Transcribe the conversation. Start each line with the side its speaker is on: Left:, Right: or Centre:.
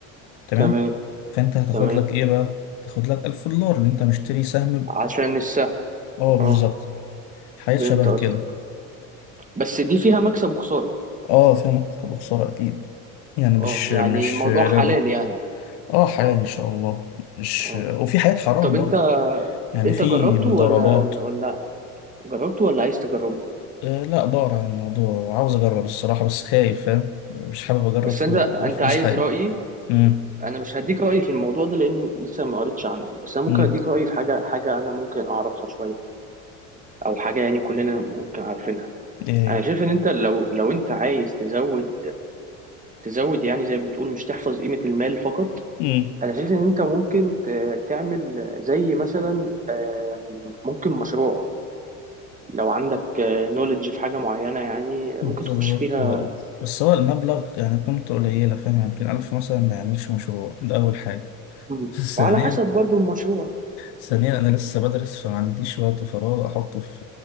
Left: تمام
Right: تمام
Left: فانت هتاخد
Right: تمام
Left: لك ايه بقى تاخد لك 1000 دولار اللي انت مشتري سهم ب-
Right: عشان السهم
Left: اه بالظبط
Right: اه
Left: حاجات
Right: فهمت
Left: شبه
Right: قصدك
Left: كده
Right: بس دي فيها مكسب وخساره
Left: اه فيها مكسب وخسارة اكيد يعني مش
Right: اه يعني
Left: مش
Right: الموضوع
Left: ربا
Right: حلال يعني
Left: اه حلال
Right: اه
Left: ان شاء الله مش
Right: اه آه.
Left: وفي حاجات حرام
Right: طب انت
Left: برضه يعني
Right: انت
Left: في
Right: جربته
Left: مضاربات
Right: ولا ولا جربته ولا عايز تجربه
Left: آه لا بقرا عن الموضوع وعاوز اجرب الصراحة بس خايف فاهم مش حابب اجرب
Right: بس
Left: في
Right: انت انت
Left: في فلوس
Right: عايز
Left: حاجة
Right: رأيي
Left: امم
Right: انا مش هديك رايي في الموضوع ده لاني لسه ما قريتش عنه بس انا ممكن
Left: امم
Right: اديك رايي في حاجه حاجه انا ممكن اعرفها شويه او حاجه يعني كلنا ممكن عارفينها
Left: ايه
Right: انا شايف ان انت لو لو انت عايز تزود تزود يعني زي ما بتقول مش تحفظ قيمه المال فقط
Left: امم
Right: انا شايف ان انت ممكن ت- تعمل زي مثلا آم، ممكن مشروع لو عندك نولج في حاجه معينه يعني
Left: بالظبط
Right: ممكن تخش فيها
Left: هو بس هو المبلغ يعني قيمته قليلة فاهم يعني يمكن ألف مثلا ما يعملش مشروع ده أول حاجة
Right: مم.
Left: <laughs>
Right: وعلى
Left: ثانيا
Right: حسب برضو المشروع
Left: ثانيا أنا لسه بدرس فما عنديش وقت فراغ أحطه في